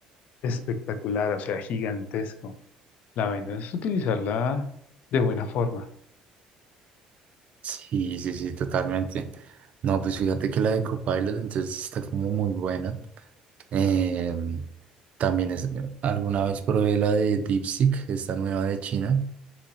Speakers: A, on the left; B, on the right.
A: espectacular, o sea, gigantesco. La vaina es utilizarla de buena forma.
B: Sí, sí, sí, totalmente. No, pues fíjate que la de Copilot entonces está como muy buena. Em, también es, alguna vez probé la de DeepSeek, esta nueva de China.